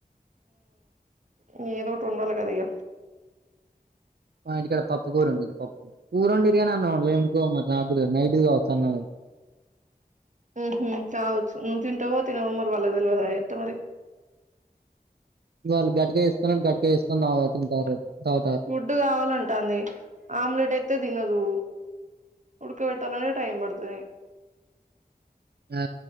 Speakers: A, on the right (about 50°); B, on the right (about 85°).
A: ఉ ఏదోటి ఉండాలి కద ఇగ
B: మా ఇంటికాడ పప్పు కూర వండీరు. పప్ కూర వండీరు కాని అన్నం వండలే ఎందుకో మరి రాతిరి నైట్ ది కావచ్చు అన్నం అదీ.
A: ఉహు కావచ్చు నువ్ తింటవో తినవో మరి వాళ్ళకు తెల్వదా ఎట్ట మరి
B: వాళ్ళు గట్గా జేసుకున్నారు గట్క జెసుకని తాగు తింటారు తాగుతారు
A: డ్ కావాలంటంది ఆమ్లెట్ ఎత్తే తినదు ఉడక వెట్టాలంటే టైం పడుతది
B: ఆ